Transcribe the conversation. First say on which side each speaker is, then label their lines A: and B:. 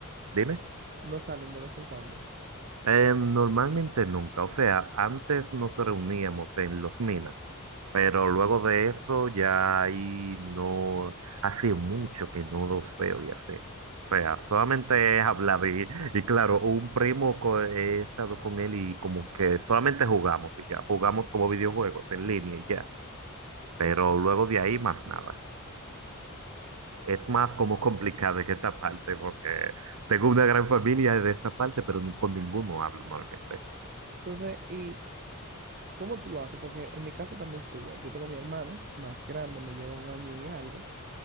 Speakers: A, on the right; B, on the right.
A: dime,
B: No salen de vez en cuando.
A: Eh, normalmente nunca. O sea, antes nos reuníamos en los minas Pero luego de eso ya ahí no, hace mucho que no los veo y así. O sea, solamente he hablado y, y claro, un primo co- he estado con él y como que solamente jugamos y ya, jugamos como videojuegos en línea y ya. Pero
B: Ok.
A: luego de ahí más nada. Es más como <laughs> complicado en esa parte porque tengo una gran familia de esa parte, pero ni con ninguno hablo normalmente.
B: Entonces, ¿y cómo tú lo haces? Porque en mi caso también fue igual. Yo tengo a mi hermano más grande, me lleva un año y algo,